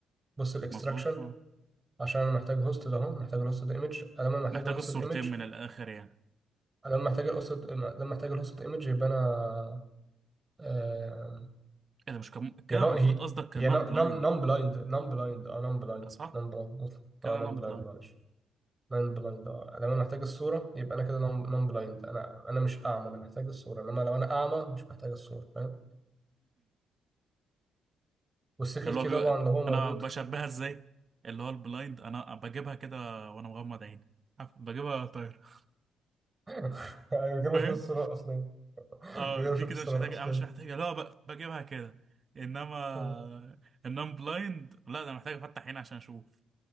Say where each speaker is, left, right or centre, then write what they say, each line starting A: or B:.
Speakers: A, on the right (about 20°); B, on the right (about 40°).
A: بص الاكستراكشن
B: مظبوط اه
A: عشان انا محتاج هوست ده اهو محتاج الهوستد ايمج لما انا محتاج
B: محتاج
A: الهوستد
B: الصورتين
A: ايمج
B: من الاخر يعني
A: لما محتاج الهوستد لما محتاج الهوستد ايمج يبقى انا آه...
B: ايه ده مش كم... كده
A: هي
B: المفروض
A: نو هي
B: قصدك نون
A: هي نم
B: بلايند
A: نم بلايند نم بلايند اه نم بلايند
B: صح
A: نم بلايند
B: كده
A: اه نم
B: نون
A: بلايند
B: بلايند
A: معلش نان بلايند اه لما انا محتاج الصورة يبقى انا كده نان بلايند انا انا مش اعمى انا محتاج الصورة انما لو انا اعمى مش محتاج الصورة فاهم والسيكريت
B: اللي
A: كي
B: هو بيبقى
A: طبعا لو هو موجود
B: انا بشبهها ازاي اللي هو البلايند انا بجيبها كده وانا مغمض عيني عارف، بجيبها طاير <laughs>
A: <laughs> ايوه من غير ما
B: فاهم
A: اشوف الصورة الاصلية
B: اه
A: من غير ما
B: دي
A: اشوف
B: كده
A: الصورة
B: مش محتاجه
A: الاصلية
B: انا مش محتاجه لا ب... بجيبها كده انما
A: آه.
B: النون بلايند لا ده أنا محتاج افتح عيني عشان اشوف